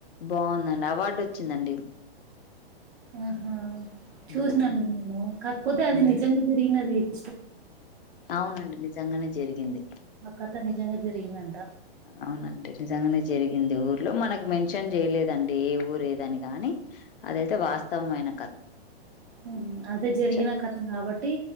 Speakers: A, on the left; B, on the right.
A: బాగుందండి అవార్డు వచ్చిందండి ఈ మూవీకి
B: ఆ ఆ చూసినా
A: ఉమ్,
B: అండి నేను కాకపోతే అది
A: ఉమ్,
B: నిజంగా తిరిగినది స్టోర ఉంటా
A: అవునండి నిజంగానే జరిగింది
B: ఆ కథ నిజంగా జరిగిందంట
A: అవునండి నిజంగానే జరిగింది ఊర్లో మనకు మెన్షన్ చేయలేదండి ఏ ఊరు ఏ దాని గాని అదైతే వాస్తవమైన కథ
B: ఉ అదే జరిగిన
A: చ-
B: కథ కాబట్టి